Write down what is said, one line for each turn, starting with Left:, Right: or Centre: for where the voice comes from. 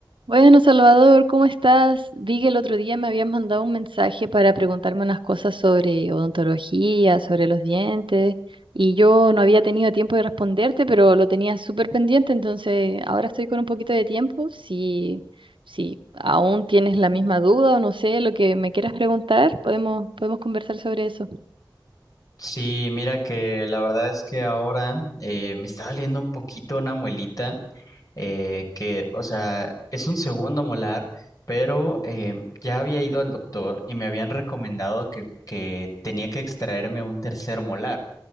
Right: Bueno, Salvador, ¿cómo estás? Vi que el otro día me habías mandado un mensaje para preguntarme unas cosas sobre odontología, sobre los dientes, y yo no había tenido tiempo de responderte, pero lo tenía súper pendiente, entonces ahora estoy con un poquito de tiempo. Si, si aún tienes la misma duda o no sé lo que me quieras preguntar, podemos, podemos conversar sobre eso.
Left: Sí, mira que la verdad es que ahora eh, me está doliendo un poquito una muelita eh, que, o sea, es un segundo molar, pero eh, ya había ido al doctor y me habían recomendado que, que tenía que extraerme un tercer molar.